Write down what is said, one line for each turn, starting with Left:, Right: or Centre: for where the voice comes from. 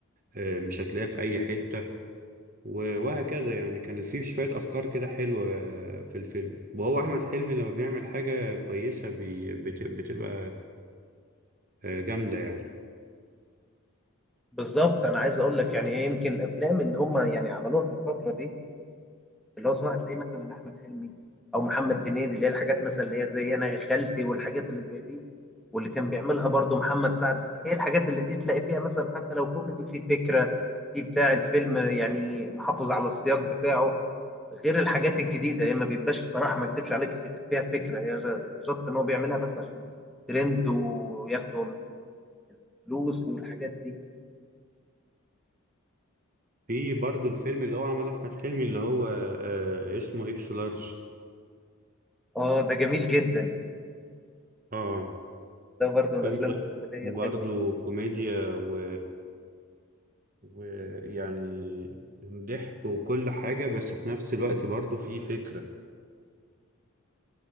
Right: آه، مش هتلاقيها في أي حتة و- وهكذا يعني كان فيه شوية أفكار كده حلوة في الفيلم وهو أحمد حلمي لما بيعمل حاجة كويسة بي- بت- بتبقى آه، جامدة يعني
Centre: بالظبط انا عايز اقول لك يعني هي يمكن الافلام اللي هم يعني عملوها في الفتره دي اللي هو سواء تلاقي مثلا احمد حلمي او محمد هنيدي اللي هي الحاجات مثلا اللي هي زي انا يا خالتي والحاجات اللي زي دي واللي كان بيعملها برضو محمد سعد هي الحاجات اللي دي تلاقي فيها مثلا حتى لو كوميدي في فكره في بتاع الفيلم يعني محافظ على السياق بتاعه غير الحاجات الجديده هي ما بيبقاش الصراحه ما اكدبش عليك فيها فكره هي جاست ان هو بيعملها بس عشان ترند وياخدوا الفلوس والحاجات دي
Right: في برضو الفيلم اللي هو عمله احمد حلمي اللي هو آه اسمه اكس لارج
Centre: اه ده جميل جدا
Right: اه
Centre: ده برضو الافلام
Right: فيلم ده
Centre: الكوميديه
Right: برضو
Centre: الحلوه
Right: كوميديا و ويعني ضحك وكل حاجة بس في نفس الوقت برضو في فكرة